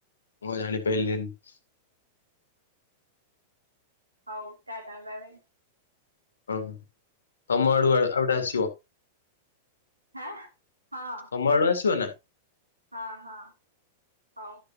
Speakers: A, on the left; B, on the right.
A: ମୁଁ ଜାଣି ପାଇଲିନି।
B: ହଉ ଟା ଟା ବାଏ ବାଏ।
A: ଓ ହୋ ତମ ଆଡୁ ଆ ଆଉଡେ ଆସିବ।
B: ହେଁ ହଁ।
A: ତମ ଆଡୁ ଆସିବ ନା?
B: ହଁ ହଁ ହଉ।